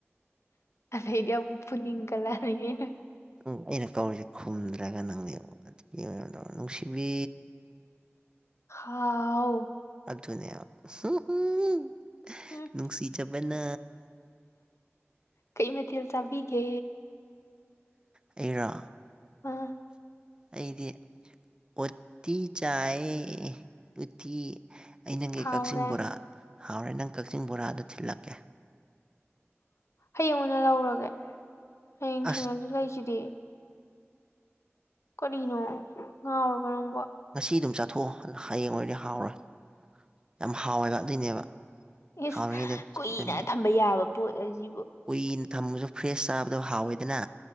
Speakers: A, on the left; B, on the right.
A: ꯑꯩꯗꯤ ꯌꯥꯝ ꯄꯨꯅꯤꯡꯒꯠꯂꯛꯑꯅꯤ ꯑꯩꯅ
B: ꯎꯝ ꯑꯩꯅ ꯀꯧꯔꯤꯁꯦ ꯈꯨꯝꯗ꯭ꯔꯒ ꯅꯪꯗꯤ ꯑꯗꯨꯒꯤ ꯑꯣꯏꯗ ꯅꯨꯡꯁꯤꯕꯤ
A: ꯍꯥꯎ
B: ꯑꯗꯨꯅꯦꯕ ꯍꯨꯝ ꯍꯨꯝ
A: ꯎꯝ
B: ꯅꯨꯡꯁꯤꯖꯕꯅ
A: ꯀꯩ ꯃꯊꯦꯜ ꯆꯥꯕꯤꯒꯦ
B: ꯑꯩꯔꯣ
A: ꯑꯥ
B: ꯑꯩꯗꯤ ꯎꯠꯇꯤ ꯆꯥꯏ ꯎꯇꯤ ꯑꯩ ꯅꯪꯒꯤ
A: ꯍꯥꯎꯔꯦ
B: ꯀꯛꯆꯤꯡ ꯕꯣꯔꯥ ꯍꯥꯎꯔꯦ ꯅꯪ ꯀꯛꯆꯤꯡ ꯕꯣꯔꯥꯗꯣ ꯊꯤꯜꯂꯛꯀꯦ
A: ꯍꯌꯦꯡ ꯑꯣꯏꯅ ꯂꯧꯔꯒꯦ ꯍꯌꯦꯡ
B: ꯑꯁ
A: ꯊꯦꯡꯅꯗꯧ ꯂꯩꯁꯤꯗꯤ ꯀꯔꯤꯅꯣ ꯉꯥꯎꯔꯕꯣ ꯅꯪꯕꯣ
B: ꯉꯁꯤ ꯑꯗꯨꯝ ꯆꯥꯊꯣꯛꯑꯣ ꯍꯌꯦꯡ ꯑꯣꯏꯔꯗꯤ ꯍꯥꯎꯔꯣꯏ ꯌꯥꯝ ꯍꯥꯎꯋꯦꯕ ꯑꯗꯨꯏꯅꯦꯕ
A: ꯏꯁ
B: ꯍꯥꯎꯔꯤꯉꯩꯗ
A: ꯀꯨꯏꯅ
B: ꯄꯤꯖꯅꯤꯡꯉꯦꯕ
A: ꯊꯝꯕ ꯌꯥꯕ ꯄꯣꯠ ꯑꯖꯤꯕꯨ
B: ꯀꯨꯏꯅ ꯊꯝꯕꯁꯨ ꯐ꯭ꯔꯦꯁ ꯆꯥꯕꯗꯣ ꯍꯥꯎꯋꯦꯗꯅ